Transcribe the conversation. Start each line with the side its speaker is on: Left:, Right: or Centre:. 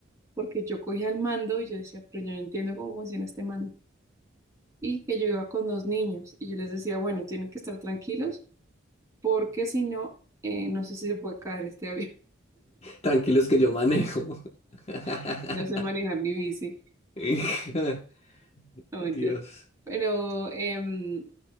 Right: porque yo cogía el mando y yo decía, pero yo no entiendo cómo funciona este mando. y que yo iba con dos niños y yo les decía, bueno, tienen que estar tranquilos porque si no, eh, no sé si se puede caer este avión,
Left: Tranquilos que yo manejo. <laughs>
Right: <laughs> no sé manejar mi bici,
Left: <laughs>
Right: no mentira.
Left: Dios.
Right: Pero em,